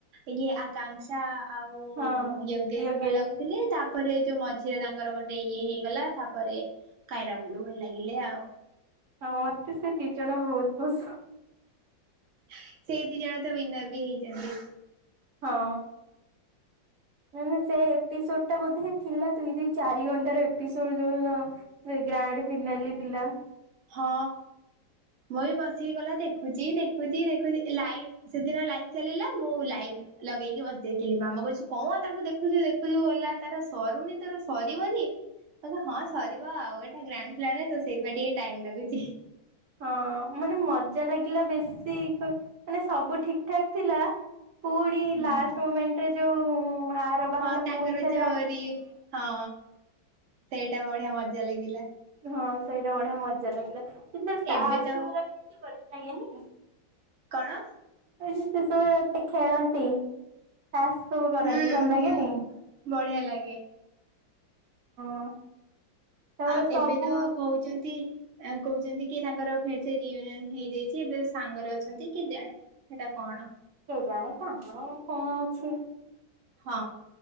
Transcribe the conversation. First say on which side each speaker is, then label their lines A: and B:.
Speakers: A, on the right; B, on the right.
A: ଇଏ ଆ <unintelligible> କାଂସା ଆଉ
B: ହଁ।
A: ୟୋଗେଶ
B: ପ୍ରିୟ
A: ଭଲ
B: ଗେଷ୍ଟ
A: ଲାଗୁ ଥିଲି ତାପରେ ଯୋଉ ମଝିରେ ତାଙ୍କର ଗୋଟେ ଇଏ ହେଇଗଲା ତାପରେ କାଇରା ଗୁରୁ ଭଲ ଲାଗିଲେ ଆଉ <unintelligible>
B: ହଁ ମତେ ସେ ଦି ଜଣ ବହୁତ୍ ପସନ୍ଦ <unintelligible>
A: ସେଇ ଦି ଯା ତ ୱିନର ବି ହେଇଛନ୍ତି।
B: ହଁ। ମାନେ ସେ ଏପିସୋଡ୍ ଟା ବୋଧେ ଥିଲା ଦୁଇ ଦୁଇ ଚାରି ଘଣ୍ଟାର ଏପିସୋଡ୍ ଯୋଉ ଦିନ ସେ ଗ୍ରାଣ୍ଡ ଫିନାଲି ଥିଲା।
A: ହଁ ମୁଁ ବି ବସିକି ଗଲା ଦେଖୁଛି ଦେଖୁଛି ଦେଖୁଛି ଏ ଲାଇଭ୍ ସେଦିନ ଲାଇଭ୍ ଚାଲିଲା ମୁଁ ଲାଇଭ୍ ଲଗେଇକି ବସି ଯାଇଥିଲି ମାମା କହୁଛୁ କଣ ତାକୁ ଦେଖୁଛୁ ଦେଖୁଛୁ ଗଲା ତାର ସରୁନି ତୋର ସରିବନି। <unintelligible> ହଁ ସରିବ ଆଉ ଏଇଟା ଗ୍ରାଣ୍ଡ ଫିନାଲି ତ ସେଇଥିପାଇଁ ଟିକେ ଟାଇମ ଲାଗୁଛି।
B: ହଁ ମାନେ ମଜା ଲାଗିଲା ବେଶୀ ମାନେ ସବୁ ଠିକଠାକ୍ ଥିଲା ପୁଣି
A: ହୁଁ।
B: ଲାଷ୍ଟ ମୁମେଣ୍ଟରେ ଯୋଉ ଆର ବାହାରିଲା
A: ହଁ ତାଙ୍କର
B: ପୁଣି ଥରେ
A: ଯୋଉ
B: ଆ
A: ରି ହଁ ସେଇଟା ବଢିଆ ମଜା ଲାଗିଲା।
B: ହଁ ସେଇଟା ବଢିଆ ମଜା ଲାଗିଲା କିନ୍ତୁ ଟାସ୍କ
A: ଏବେ ତ
B: ଗୁରା ବି ଯୋଉ ବଢିଆ ଲାଗେନି
A: କଣ?
B: ଏଇ ଯେତେ ସବୁ ଏତେ ଖେଳନ୍ତି <unintelligible> ଟାସ୍କ ସବୁ କରନ୍ତି
A: ହୁଁ
B: ଭଲ
A: ହୁଁ
B: ଲାଗେନି।
A: ବଢିଆ ଲାଗେ।
B: ହଁ ତାପରେ
A: ଆଁ
B: ସବୁ
A: ଏବେ ତ କହୁଛନ୍ତି ଏୟା କହୁଛନ୍ତି କି ତାଙ୍କର ଫେରେ ସେ ରିୟୁନିଅନ ହେଇଯାଇଛି। ଏବେ ସାଙ୍ଗରେ ଅଛନ୍ତି କି ଜାଣେ? ସେଟା କଣ?
B: କେଜାଣେ ତାଙ୍କର କଣ ଅଛି।
A: ହଁ